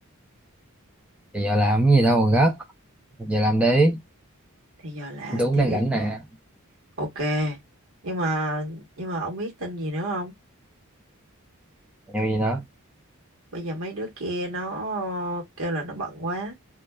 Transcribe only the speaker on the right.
Thì giờ làm
thì
biết
rồi.
Ok. Nhưng mà nhưng mà ông biết tin gì nữa không?
Bây giờ mấy đứa kia nó kêu là nó bận quá.